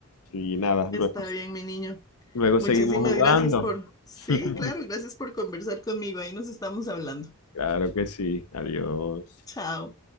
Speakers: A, on the left (about 85°); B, on the left (about 15°).
A: y nada, luego,
B: Está bien, mi niño.
A: luego
B: Muchísimas
A: seguimos jugando.
B: gracias por... Sí,
A: <laughs>
B: claro, gracias por conversar conmigo. Ahí nos estamos hablando.
A: Claro que sí, adiós.
B: Chao.